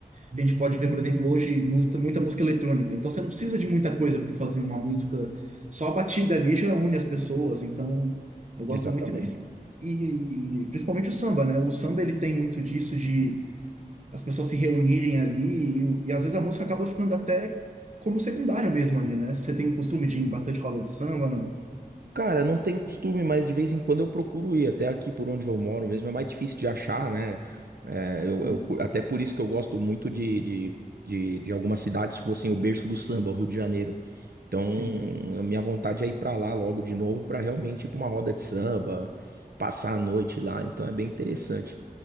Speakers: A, on the right; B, on the right.
A: a gente pode ver, por exemplo, hoje muita, muita música eletrônica. Então, você não precisa de muita coisa para fazer uma música. Só a batida ali já une as pessoas. Então, eu gosto
B: Exatamente.
A: muito e, pris- e principalmente o samba, né? O samba ele tem muito disso de as pessoas se reunirem ali e, e às vezes a música acaba ficando até como secundária mesmo ali, né? Você tem o costume de ir em bastante roda de samba, não?
B: Cara, não tenho costume, mas de vez em quando eu procuro ir até aqui por onde eu moro mesmo. É mais difícil de achar, né? É, eu,
A: Sim,
B: eu cu- até por isso que eu gosto muito de, de, de, de algumas cidades, tipo assim, o berço do samba, o Rio de Janeiro. Então,
A: sim.
B: a minha vontade é ir pra lá logo de novo, pra realmente ir pra uma roda de samba, passar a noite lá. Então, é bem interessante.